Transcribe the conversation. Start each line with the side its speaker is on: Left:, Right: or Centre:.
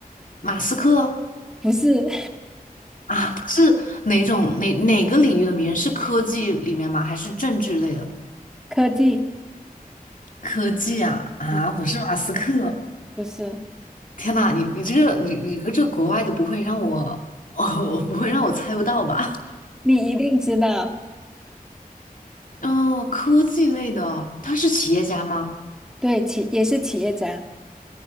Left: 马斯克。
Centre: 不是
Left: 啊，他是哪种哪哪个领域的名人？是科技里面吗？还是政治类的？
Centre: <laughs> 科技，
Left: 科技啊啊，
Centre: 嗯，
Left: 不是马斯克。
Centre: 不是，
Left: 天呐，你你这个你你个这个国外的不会让我 <laughs> 哦，我不会让我猜不到吧？
Centre: 你一定知道，
Left: <laughs> 哦，科技类的，他是企业家吗？
Centre: 对，企也是企业家，